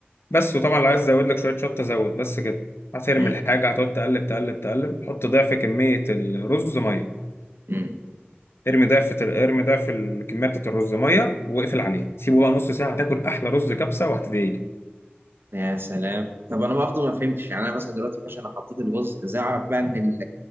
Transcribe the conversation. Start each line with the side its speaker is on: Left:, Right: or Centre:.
Left: بس وطبعا لو عايز ازود لك شويه شطه زود بس كده هترمي
Right: امم
Left: الحاجه هتقعد تقلب تقلب تقلب حط ضعف كميه الرز ميه
Right: امم
Left: ارمي ضعف ال- ارمي ضعف الكميه بتاعت الرز ميه واقفل عليه سيبه بقى نص ساعه هتاكل احلى رز كبسه وهتدعي لي
Right: يا سلام طب انا برضه ما فهمتش يعني انا مثلا دلوقتي ماشي انا حطيت الرز ازاي اعرف بقى ان ال